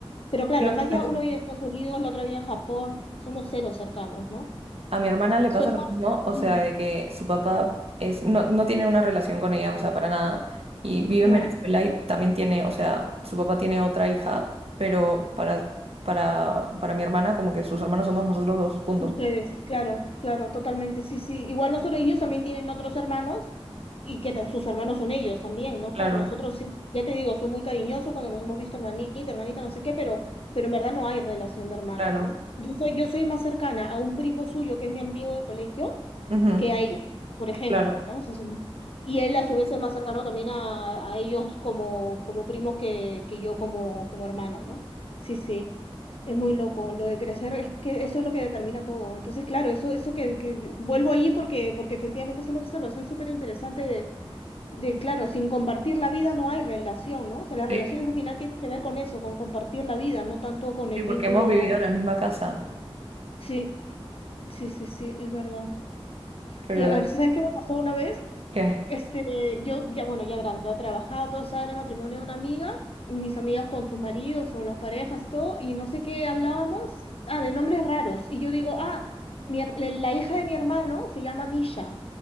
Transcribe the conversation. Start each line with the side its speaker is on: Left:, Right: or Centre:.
Left: Pero claro,
Right: Lo
Left: además
Right: por
Left: ya
Right: eso.
Left: uno vive en Estados Unidos, la otra vive en Japón, somos cero cercanos, ¿no?
Right: A mi hermana le
Left: Soy
Right: pasa lo
Left: más...
Right: mismo, o sea,
Left: Mm,
Right: de que su papá es, no, no tiene una relación con ella, o sea, para nada, y vive
Left: ¿Ya?
Right: en Venezuela y también tiene, o sea, su papá tiene otra hija, pero para, para, para mi hermana como que sus hermanos somos nosotros dos, punto.
Left: Ustedes, claro, claro, totalmente, sí, sí. Igual nosotros, ellos también tienen otros hermanos y que tan- sus hermanos son ellos también, ¿no? es
Right: Claro,
Left: Como nosotros, sí. Ya te digo, son muy cariñosos cuando nos hemos visto hermanita, hermanita, no sé qué, pero, pero en verdad no hay relación de hermanos,
Right: claro,
Left: ¿no? Yo soy, yo soy más cercana a un primo suyo que es mi amigo del colegio
Right: ujú,
Left: que a ellos, por ejemplo,
Right: claro,
Left: ¿no? O sea, son- y él a su vez es más cercano también a, a ellos como, como primos que, que yo como, como hermana, ¿no? Sí, sí. Es muy loco, lo de crecer, es que eso es lo que determina todo. Entonces, claro, eso, eso que, que- vuelvo ahí porque, porque efectivamente es una observación súper interesante de, de, claro, sin compartir la vida no hay relación, ¿no? O sea, las
Right: sí,
Left: relaciones al final tienen que ver con eso, con compartir la vida, no tanto con
Right: sí,
Left: el
Right: porque
Left: vínculo.
Right: hemos vivido en la misma casa,
Left: Sí, sí, sí, sí, es verdad.
Right: pero
Left: Y ah,
Right: de ahí
Left: ¿sabes qué me pasó una vez?
Right: que,
Left: Este, yo ya, bueno, ya grande, ha trabajado, todo estaba en el matrimonio de una amiga, y mis amigas con sus maridos, con las parejas, todo, y no sé qué hablábamos, ah, de nombres raros, y yo digo, ah, mi her- la la hija de mi hermano se llama Misha,